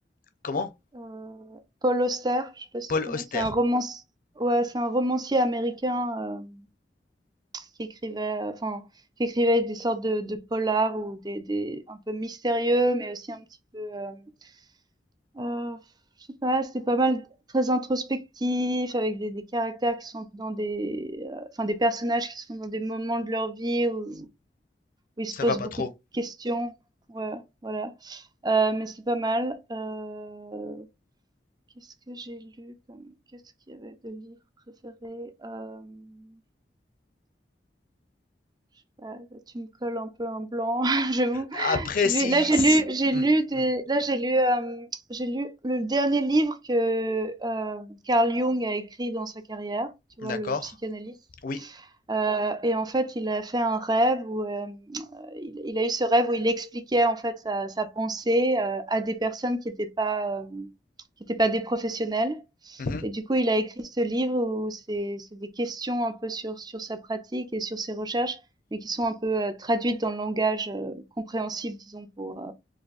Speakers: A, on the left (about 50°); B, on the right (about 25°).
A: Comment?
B: Heu, Paul Auster, je sais pas si
A: Paul
B: tu connais,
A: Auster.
B: c'est un romance ouais, c'est un romancier américain, heu, qui écrivait, heu, enfin, qui écrivait des sortes de de polars ou des des un peu mystérieux, mais aussi un petit peu, hem, heu, je sais pas, c'était pas mal très introspectif avec des des caractères qui sont un peu dans des, heu, enfin des personnages qui sont dans des moments de leur vie où où ils se
A: Ça
B: posent
A: va pas
B: beaucoup
A: trop.
B: de questions. Ouais, voilà, heu, mais c'est pas mal, heu Qu'est-ce que j'ai lu comme qu'est-ce qu'il y avait de livres préférés? Hem, je sais pas, là, tu me colles un peu un blanc, <laughs> j'avoue.
A: Après,
B: J'ai
A: si,
B: lu, là j'ai
A: si-
B: lu, j'ai
A: hmm,
B: lu des,
A: hmm,
B: là j'ai lu, hem, j'ai lu le dernier livre que euh, Carl Jung a écrit dans sa carrière. Tu vois,
A: d'accord.
B: le psychanalyste.
A: Oui.
B: Euh, et en fait, il a fait un rêve où euh, il, il a eu ce rêve où il expliquait en fait sa, sa pensée euh, à des personnes qui n'étaient pas euh, qui n'étaient pas des professionnels.
A: mhm,
B: Et du coup, il a écrit ce livre où c'est c'est des questions un peu sur sur sa pratique et sur ses recherches, mais qui sont un peu euh, traduites dans le langage euh, compréhensible, disons pour euh,